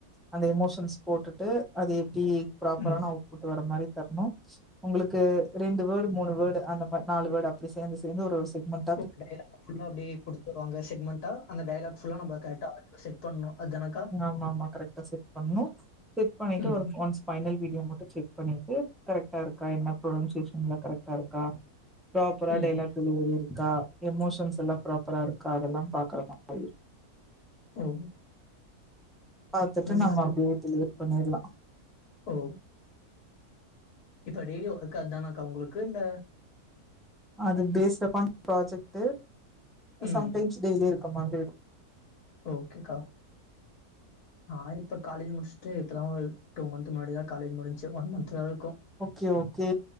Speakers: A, in the centre; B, on the left.
A: அந்த எமோஷன்ஸ் போட்டுட்டு அது எப்டி ப்ராப்பரான
B: ம்
A: அவுட்புட் வர மாரி தர்ணும் உங்களுக்கு ரெண்டு வேர்டு மூணு வேர்டு அந்த மாரி நாலு வேர்டு அப்டி சேர்ந்து சேர்ந்து ஒரு ஒரு செக்மெண்ட்
B: ஒரு டைலாக் <inaudible> அப்டியே குடுத்துவாங்க செக்மெண்டா அந்த டைலாக்ஸ்லா நம்ப கராக்டா ஆ செட் பண்னு அதனக்கா
A: ஆமா ஆமா கரெக்டா செட் பண்ணும் செட் பண்ணிட்டு
B: ம்
A: ஒரு ஒன்ஸ் பைனல் வீடியோ மட்டும் செக் பண்ணிட்டு கரெக்டா இருக்கா என்ன ப்ரொனன்சியேஷன்ல கரெக்டா இருக்கா ப்ராப்பரா
B: ம்
A: டெலாக் டெலிவரி இருக்கா எமோஷன்ஸ் எல்லாம் ப்ராப்பரா இருக்கா அதெல்லாம் பாக்குற மாரி இருக்கும்
B: ஓ
A: பாத்துட்டு
B: என்னனா
A: நம்ப அப்டியே டெலிவர் பண்ணிடலாம்
B: ஓ இப்ப டெய்லி ஒர்க் அது தானாக்கா உங்களுக்கு இல்ல
A: அது பேஸ்டப்பான் ப்ராஜெக்ட்டு
B: ம்
A: சம்டைம்ஸ் டெய்லியு இருக்கும் <unintelligible>
B: ஓகேக்கா நான் இப்ப காலேஜ் முடிச்சுட்டு இப்பதான் ஒரு டூ மந்த் முன்னாடி தான் காலேஜ் முடின்ச்சு ஒன் மந்த்த் தான் இருக்கும்
A: ஓகே ஓகே